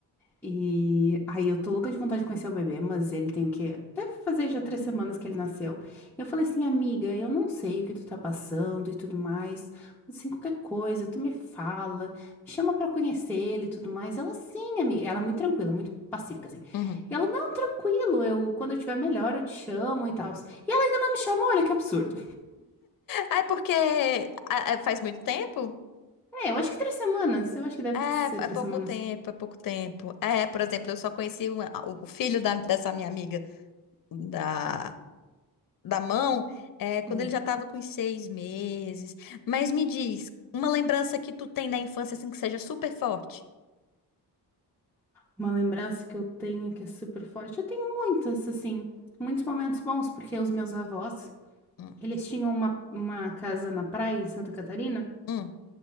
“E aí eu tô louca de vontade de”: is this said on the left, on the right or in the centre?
Centre